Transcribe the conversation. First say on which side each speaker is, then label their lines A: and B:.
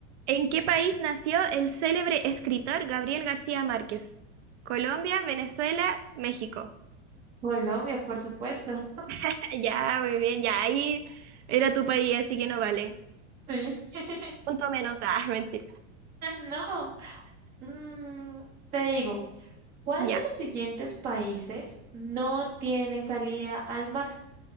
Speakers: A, on the right (about 65°); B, on the right (about 25°).
A: ¿En qué país nació el célebre escritor Gabriel García Márquez? Colombia, Venezuela, México.
B: Colombia, por supuesto.
A: <laughs> Ya, muy bien, ya ahí era tu país, así que no vale.
B: Sí. <laughs>
A: Punto menos, ah, <laughs> mentira.
B: No. Mm, te digo, ¿cuál
A: Ya.
B: de los siguientes países no tiene salida al mar?